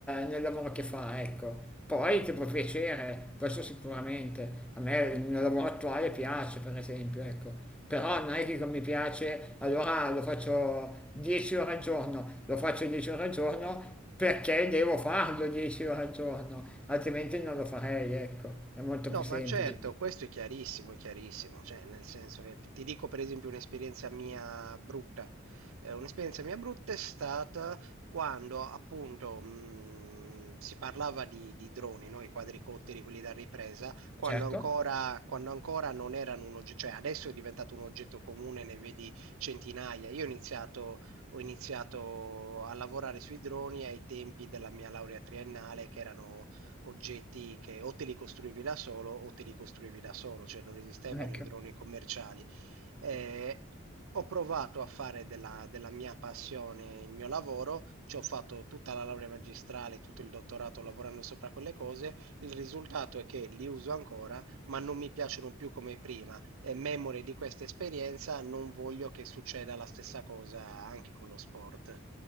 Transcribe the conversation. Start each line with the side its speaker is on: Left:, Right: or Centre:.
Centre: nel lavoro che fa, ecco. Poi ti può piacere, questo sicuramente. A me il mio lavoro attuale piace, per esempio, ecco. Però non è che come mi piace, allora lo faccio 10 ore al giorno, lo faccio 10 ore al giorno perché devo farlo 10 ore al giorno, altrimenti non lo farei, ecco. È molto
Right: No,
Centre: più semplice.
Right: ma certo, questo è chiarissimo, è chiarissimo, cioè nel senso che ti dico per esempio un'esperienza mia brutta. Eh, un'esperienza mia brutta è stata quando appunto mh, si parlava di, di droni, no? I quadricotteri, quelli da ripresa, quando
Centre: Certo,
Right: ancora, quando ancora non erano un oggetto, cioè adesso è diventato un oggetto comune, ne vedi centinaia. Io ho iniziato, ho iniziato a lavorare sui droni ai tempi della mia laurea triennale, che erano oggetti che o te li costruivi da solo o te li costruivi da solo, cioè non esistevano
Centre: ecco.
Right: i droni commerciali. Eh, ho provato a fare della, della mia passione il mio lavoro, ci ho fatto tutta la laurea magistrale, tutto il dottorato lavorando sopra quelle cose. Il risultato è che li uso ancora, ma non mi piacciono più come prima. E memore di questa esperienza, non voglio che succeda la stessa cosa anche con lo sport.